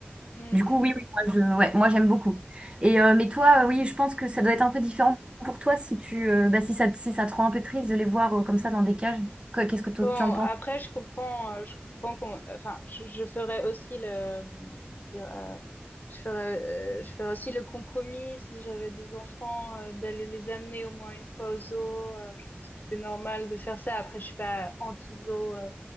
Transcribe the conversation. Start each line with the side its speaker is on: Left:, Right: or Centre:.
Left: mm,
Right: Du
Left: mm,
Right: coup, oui,
Left: mm.
Right: oui, moi, je, ouais, moi j'aime beaucoup. Et euh, mais toi, euh, oui, je pense que ça doit être un peu différent pour toi si tu, euh, bah, si ça, si ça te rend un peu triste de les voir euh, comme ça dans des cages. Quoi, Qu'est-ce que toi,
Left: Bon,
Right: tu en penses?
Left: après, je comprends, euh, je comprends qu'on, enfin, je, je ferais aussi le, dire, euh, je ferais, euh, je ferais aussi le compromis si j'avais des enfants euh, d'aller les amener au moins une fois au zoo. Euh, je pense que c'est normal de faire ça. Après, je suis pas anti-zoo. euh,